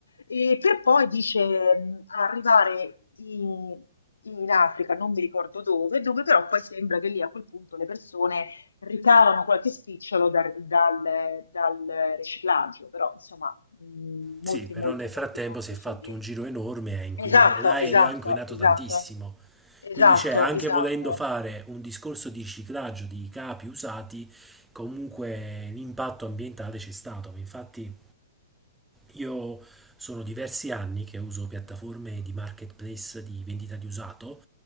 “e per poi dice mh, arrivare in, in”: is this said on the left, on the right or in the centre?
Left